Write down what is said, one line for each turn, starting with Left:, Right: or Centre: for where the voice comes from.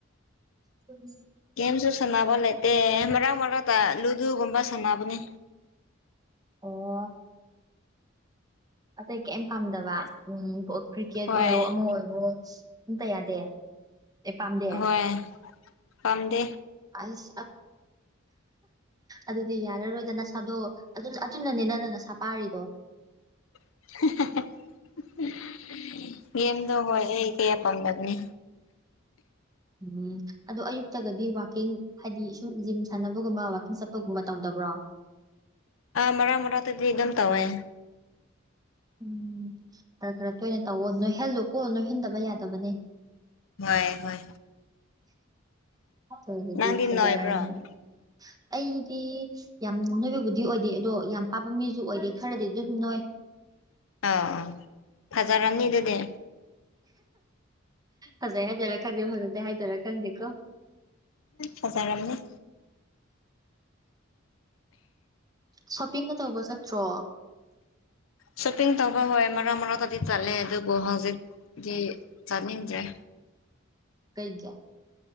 Right: ꯇꯨꯝꯃꯦ
Left: ꯒꯦꯝꯁꯨ ꯁꯥꯟꯅꯕ ꯂꯩꯇꯦ ꯃꯔꯛ ꯃꯔꯛꯇ ꯂꯨꯗꯨꯒꯨꯝꯕ ꯁꯥꯟꯅꯕꯅꯦ
Right: ꯑꯣ ꯑꯇꯩ ꯀꯩꯝ ꯄꯥꯝꯗꯕ ꯎꯝ ꯕꯣ ꯀ꯭ꯔꯤꯀꯦꯠ
Left: ꯍꯣꯏ
Right: ꯑꯣꯏꯔꯣ ꯑꯃ ꯑꯣꯏꯔꯣ ꯑꯝꯇ ꯌꯥꯗꯦ ꯑꯦ ꯄꯥꯝꯗꯦ
Left: ꯑꯍꯣꯏ ꯄꯥꯝꯗꯦ
Right: ꯑꯩꯁ ꯑꯠ ꯑꯗꯨꯗꯤ ꯌꯥꯔꯔꯣꯏꯗ ꯅꯁꯥꯗꯣ ꯑꯗꯨꯅ ꯑꯠ ꯗꯨꯅꯅꯦ ꯅꯪꯅ ꯅꯁꯥ ꯄꯥꯔꯤꯗꯣ
Left: <unintelligible> ꯒꯦꯝꯗꯣ ꯍꯣꯏ ꯑꯩ ꯀꯌꯥ ꯄꯥꯝꯗꯕꯅꯦ
Right: <unintelligible> ꯑꯗꯣ ꯑꯌꯨꯛꯇꯒꯗꯤ ꯋꯥꯀꯤꯡ ꯍꯥꯏꯗꯤ ꯁꯨꯝ ꯖꯤꯝ ꯁꯥꯟꯅꯕꯒꯨꯝꯕ ꯋꯥꯀꯤꯡ ꯆꯠꯄꯒꯨꯝꯕ ꯇꯧꯗꯕ꯭ꯔꯣ
Left: ꯑꯥ ꯃꯔꯛ ꯃꯔꯛꯇꯗꯤ ꯑꯗꯨꯝ ꯇꯧꯋꯦ
Right: ꯎꯝ ꯈꯔ ꯈꯔ ꯇꯣꯏꯅ ꯇꯧꯋꯣ ꯅꯣꯏꯍꯜꯂꯨꯀꯣ ꯅꯣꯏꯍꯟꯗꯕ ꯌꯥꯗꯕꯅꯦ
Left: ꯍꯣꯏ ꯍꯣꯏ
Right: ꯑꯗꯨꯒꯗꯤ
Left: ꯅꯪꯗꯤ
Right: ꯐꯖꯔꯅꯤ
Left: ꯅꯣꯏꯕ꯭ꯔꯣ ꯑꯥ
Right: ꯑꯩꯗꯤ ꯌꯥꯝ ꯅꯣꯏꯕꯕꯨꯗꯤ ꯑꯣꯏꯗꯦ ꯑꯗꯣ ꯌꯥꯝ ꯄꯥꯕ ꯃꯤꯖꯨ ꯑꯣꯏꯗꯦ ꯈꯔꯗꯤ ꯑꯗꯨꯝ ꯅꯣꯏ
Left: ꯑꯥ ꯑ ꯐꯖꯔꯅꯤ ꯑꯗꯨꯗꯤ
Right: ꯐꯖꯩ ꯍꯥꯏꯗꯣꯏꯔ ꯈꯪꯗꯦ ꯐꯖꯗꯦ ꯍꯥꯏꯗꯣꯏꯔ ꯈꯪꯗꯦꯀꯣ
Left: ꯐꯖꯔꯝꯅꯤ
Right: ꯁꯣꯞꯄꯤꯡꯒ ꯇꯧꯕ ꯆꯠꯇ꯭ꯔꯣ
Left: ꯁꯣꯞꯄꯤꯡ ꯇꯧꯕ ꯍꯣꯏ ꯃꯔꯛ ꯃꯔꯛꯇꯗꯤ ꯆꯠꯂꯦ ꯑꯗꯨꯕꯨ ꯍꯧꯖꯤꯛꯇꯤ ꯆꯠꯅꯤꯡꯗ꯭ꯔꯦ
Right: ꯀꯩꯒꯤ